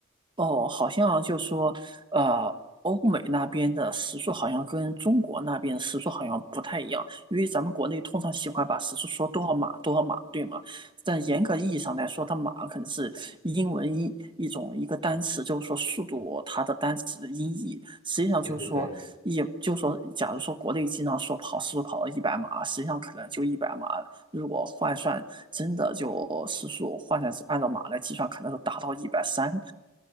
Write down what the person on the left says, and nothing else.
对对对，